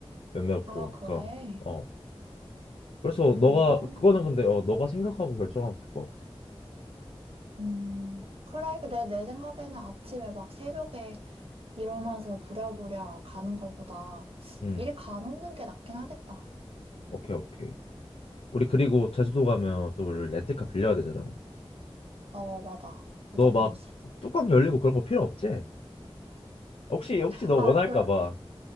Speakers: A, on the left; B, on the right.
A: 몇몇 공항가.
B: 아, 그래?
A: 어. 그래서
B: 그러면,
A: 너가 그거는 근데 어 너가 생각하고 결정하면 될 것 같아.
B: 음, 그래, 내, 내 생각에는 아침에 막 새벽에 일어나서 부랴부랴 가는 거보다
A: 음.
B: 일 가놓는 게 낫긴 하겠다.
A: 오케이 오케이. 우리 그리고 제주도 가면 또 우리 렌트카 빌려야 되잖아.
B: 어, 맞아. 무조건이지.
A: 너 막 뚜껑 열리고 그런 거 필요 없지? 혹시 혹시 너
B: 아,
A: 원할까
B: 그,
A: 봐.